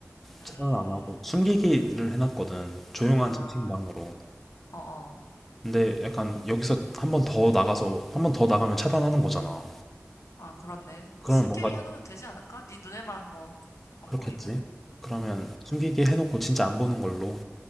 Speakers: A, on the left; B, in the centre.
A: 음,
B: 차단은 안 하고 숨기기를 해놨거든. 조용한
A: 아,
B: 채팅방으로.
A: 어 어,
B: 근데 약간 여기서 한 번 더 나가서, 한 번 더 나가면 차단하는 거잖아.
A: 아 그렇네.
B: 그러면
A: 숨기게
B: 뭔가
A: 해놓으면 되지 않을까? 네 눈에만 뭐 안
B: 그렇겠지?
A: 보이면,
B: 그러면
A: 음,
B: 숨기기 해놓고 진짜 안 보는 걸로